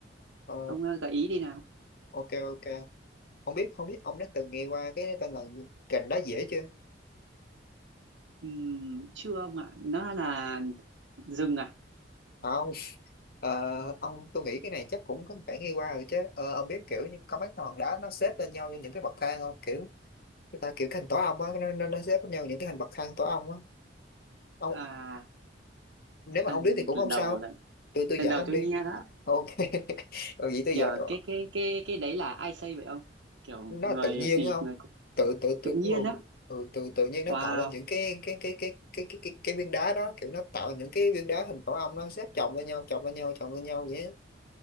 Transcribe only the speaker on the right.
ông à, gợi ý đi nào.
Ừm, chưa ông ạ nó là rừng à
à
anh
lần
đầu
đấy
lần
đầu
tôi
nghe đó
kiểu
cái cái cái cái đấy là ai xây vậy ông kiểu
người
gì
người cũng-
tự nhiên
đó
wow